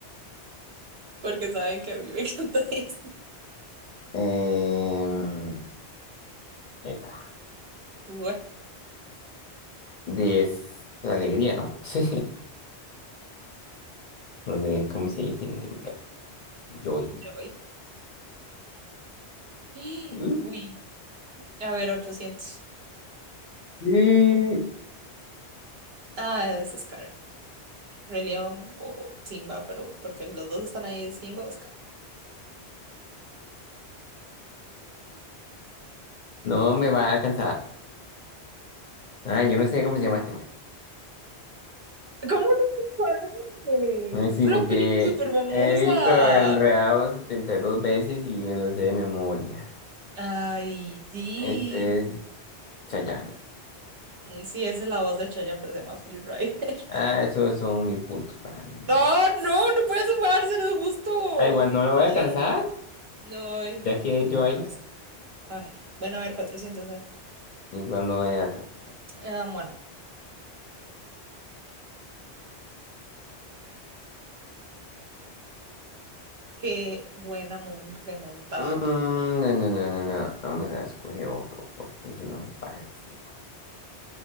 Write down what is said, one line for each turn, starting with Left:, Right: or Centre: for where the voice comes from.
Right: porque saben que a mí me encanta <laughs> Disney.
Left: Em, esta.
Right: Bueno,
Left: De es- alegría, ¿no? <laughs> Sí. No sé cómo se dice en inglés. Joy.
Right: yo voy. <gasps>
Left: Uh,
Right: Uy, a ver, 800.
Left: eh,
Right: Ah, es Scar. Rey León o Simba, pero porque los dos están ahí, es Simba o Scar.
Left: No me va a alcanzar. Ah, yo no sé cómo se llama este.
Right: ¿Cómo no lo sabes?
Left: Ay, sí,
Right: Es
Left: porque
Right: una película súper famosa.
Left: he visto Enredados 72 veces y me lo sé de memoria.
Right: Ay, sí.
Left: Este es Chayanne.
Right: Mm, Sí, esa es la voz de Chayanne, pero se llama Flynn Rider. <laughs>
Left: Ah, esos son mil puntos para mí, entonces.
Right: No, no, no puede sumarse, no es justo.
Left: Ah, igual
Right: No,
Left: no la voy
Right: sabía-
Left: a alcanzar,
Right: no, ay, no
Left: ya que yo
Right: no me
Left: ahí,
Right: parece. Ay, bueno, a ver, cuatrocientos. a ver.
Left: igual no la voy a alcanzar.
Right: Ah, bueno, qué buena mon- remontada.
Left: Mm,
Right: Nel.
Left: no, no, no, no, no. Vamos a escoger otro, porque ese no me parece.